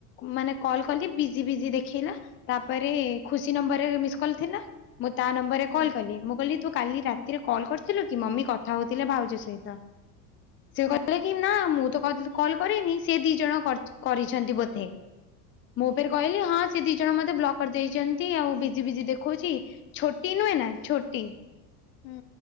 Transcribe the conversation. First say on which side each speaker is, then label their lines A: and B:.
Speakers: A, on the left; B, on the left.
A: ମାନେ କଲ କଲି ବିଜି ବିଜି ଦେଖେଇଲା ତାପରେ ଖୁସି ନ ନମ୍ବର ରେ ମିସ୍କଲ ଥିଲା ମୁଁ ତା ନମ୍ବର ରେ
B: ହୁଁ
A: କଲ୍ କଲି ମୁଁ କହିଲି ତୁ କାଲି
B: ହୁଁ
A: ରାତିରେ କଲ୍ କରି ଥିଲୁ କି ମମି କଥା ହଉଥିଲେ ଭାଉଜ ସହିତ ସେ
B: ହୁଁ
A: କହିଲେ କି ନା ମୁଁ ତ କରିନଥିଲି କଲ କରିନି ସେ ଦି ଜଣ କରି କରିଛନ୍ତି ବୋଧେ ମୁଁ ଫେରେ କହିଲି ହଁ ସେ ଦି ଜଣ ଜଣ ମତେ ବ୍ଲକ ଦେଇଛନ୍ତି ଆଉ ବିଜି ବିଜି ଦେଖଉଛି ଛୋଟି ନୁହେଁ ନା ଛୋଟି।
B: ହୁଁ ହଁ